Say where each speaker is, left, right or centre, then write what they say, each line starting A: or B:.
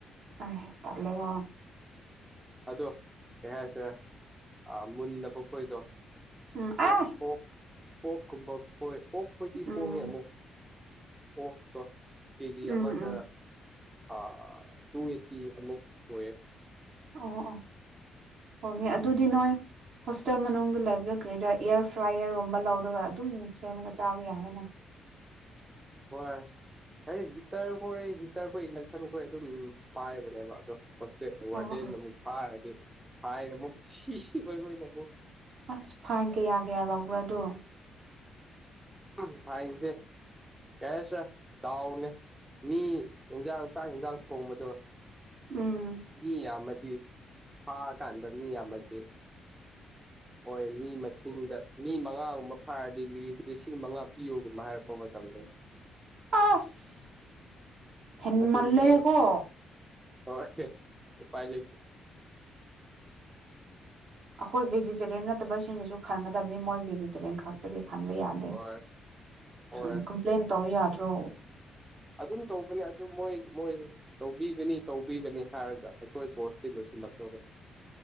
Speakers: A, on the right; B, on the right.
A: ꯑꯩ ꯇꯂꯦꯒꯣ
B: ꯑꯗꯣ ꯀꯩ ꯍꯥꯏꯁꯤꯔ ꯑ ꯃꯨꯟꯅꯕ ꯈꯣꯏꯗꯣ꯫
A: ꯎꯝ
B: ꯑꯣꯛ
A: ꯑꯦ
B: ꯑꯣꯛ ꯀꯨꯝꯕ ꯈꯣꯏ ꯑꯣꯛ ꯈꯣꯏꯗꯤ
A: ꯎꯝ
B: ꯍꯣꯉꯦ ꯑꯃꯨꯛ ꯑꯣꯛꯇꯣ ꯀꯦꯖꯤ
A: ꯎꯝ
B: ꯑꯃꯗ꯫
A: ꯎꯝ
B: ꯑꯥ ꯇꯨ ꯑꯩꯠꯇꯤ ꯑꯃꯨꯛ ꯑꯣꯏꯌꯦ꯫
A: ꯑꯥ ꯑꯥ ꯍꯣꯡꯉꯦ ꯑꯗꯨꯗꯤ ꯅꯣꯏ ꯍꯣꯁꯇꯦꯜ ꯃꯅꯨꯡꯗ ꯂꯩꯕꯗꯣ ꯀꯔꯤꯔꯥ ꯏꯌꯔ ꯐ꯭ꯔꯥꯏꯌꯔꯒꯨꯝꯕ ꯂꯧꯔꯒ ꯑꯗꯨꯝ ꯁꯦꯝꯃꯒ ꯆꯥꯕ ꯌꯥꯔꯦꯅ꯫
B: ꯍꯣꯏ ꯑꯩ ꯍꯤꯇꯔ ꯍꯣꯏ ꯍꯤꯇꯔꯈꯣꯏ ꯏꯟꯗꯛꯁꯟ ꯈꯣꯏ ꯑꯗꯨꯝ ꯄꯥꯏꯕꯅꯦꯕ ꯑꯗꯣ ꯍꯣꯁꯇꯦ ꯋꯥꯔꯗꯦꯟꯅ
A: ꯑꯣ ꯑꯣ
B: ꯑꯃꯨꯛ ꯐꯥꯔꯗꯤ ꯍꯥꯏꯔ ꯑꯃꯨꯛ ꯁꯤꯁꯤ ꯑꯣꯏ ꯍꯣꯏꯅ ꯃꯨꯛ
A: ꯑꯁ ꯐꯥꯏꯟ ꯀꯌꯥ ꯀꯌꯥ ꯂꯧꯕ꯭ꯔꯥꯗꯨ
B: ꯎꯝ ꯐꯥꯏꯟꯁꯦ ꯀꯩ ꯍꯥꯏꯁꯤꯔꯥ ꯗꯥꯎꯅꯦ ꯃꯤ ꯏꯟꯖꯥꯡ ꯆꯥꯛ ꯍꯤꯟꯖꯥꯡ ꯊꯣꯡꯕꯗꯣ꯫
A: ꯎꯝ
B: ꯃꯤ ꯌꯥꯝꯃꯗꯤ ꯐꯥꯀꯥꯟꯗ ꯃꯤ ꯌꯥꯝꯃꯗꯤ ꯍꯣꯏ ꯃꯤ ꯃꯁꯤꯡꯗ ꯃꯤ ꯃꯉꯥꯒꯨꯝꯕ ꯐꯥꯔꯗꯤ ꯂꯤ ꯂꯤꯁꯤꯡ ꯃꯉꯥ ꯄꯤꯌꯨꯒꯨꯝꯕ ꯍꯥꯏꯔꯛꯄ ꯃꯇꯝꯗꯅꯤ
A: ꯑꯥꯁ ꯍꯦꯟꯃꯜꯂꯦꯍꯦꯀꯣ
B: ꯑꯗꯨ ꯃꯤ ꯍꯣꯏ ꯎꯄꯥꯏ ꯂꯩꯇꯦ
A: ꯑꯈꯣꯏ ꯚꯦꯖꯤꯇꯦꯔꯤꯌꯟ ꯅꯠꯇꯕ ꯁꯤꯡꯒꯤꯁꯨ ꯈꯟꯒꯗꯕꯅꯤ ꯃꯣꯏ ꯚꯦꯖꯤꯇꯦꯔꯤꯌꯟ ꯈꯛꯇꯒꯤ ꯈꯟꯕ ꯌꯥ ꯗꯤ
B: ꯍꯣꯏ ꯍꯣꯏ
A: ꯁꯨ ꯀꯝꯄ꯭ꯂꯦꯟ ꯇꯧ ꯌꯥꯗ꯭ꯔꯣ
B: ꯑꯗꯨꯝ ꯇꯧꯕꯅꯦ ꯑꯗꯨ ꯃꯣꯏ ꯃꯣꯏꯁꯦ ꯇꯧꯕꯤꯒꯅꯤ ꯇꯧꯕꯤꯒꯅꯤ ꯍꯥꯏꯔꯒ ꯑꯩꯈꯣꯏ ꯀꯣꯔꯁꯇꯤ ꯂꯣꯏꯁꯤꯜꯂꯛꯇꯣꯔꯦ